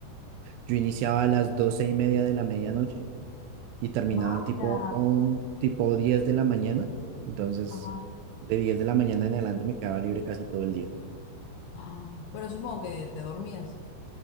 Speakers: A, on the right; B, on the left.
A: Yo iniciaba a las doce y media de la medianoche y terminaba
B: Vaya.
A: tipo, un, tipo 10 de la mañana. Entonces,
B: Ajá.
A: de 10 de la mañana en adelante me quedaba libre casi todo el día.
B: Ah, Pero supongo que te dormías.